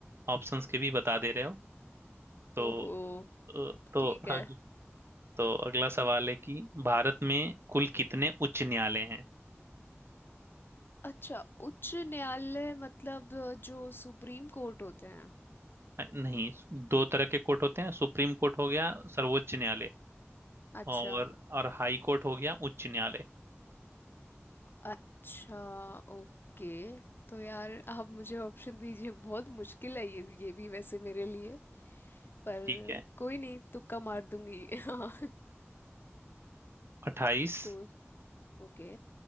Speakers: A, on the right; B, on the left.
A: ऑप्शंस के भी बता दे रहे हो तो
B: ओहो
A: अ, तो
B: ठीक है
A: अग, तो अगला सवाल है कि भारत में कुल कितने उच्च न्यायालय हैं
B: अच्छा उच्च न्यायालय मतलब जो सुप्रीम कोर्ट होते हैं
A: अ, नहीं दो तरह के कोर्ट होते हैं सुप्रीम कोर्ट हो गया सर्वोच्च न्यायालय
B: अच्छा
A: और और हाई कोर्ट हो गया उच्च न्यायालय
B: अच्छा ओके तो यार आप मुझे ऑप्शन दीजिए बहुत मुश्किल है ये ये भी वैसे मेरे लिए पर
A: ठीक है
B: कोई नहीं तुक्का मार दूंगी <laughs> हाँ
A: अट्ठाईस
B: तो ओके